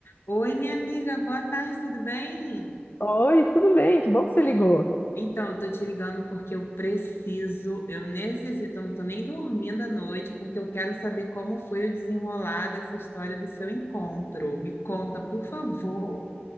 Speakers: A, on the left; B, on the left.
A: Oi, minha amiga, boa tarde, tudo bem?
B: Oi, tudo bem? Que bom que você ligou.
A: Então, eu tô te ligando porque eu preciso, eu necessito, eu não tô nem dormindo à noite, porque eu quero saber como foi o desenrolar dessa história do seu encontro. Me conta, por favor.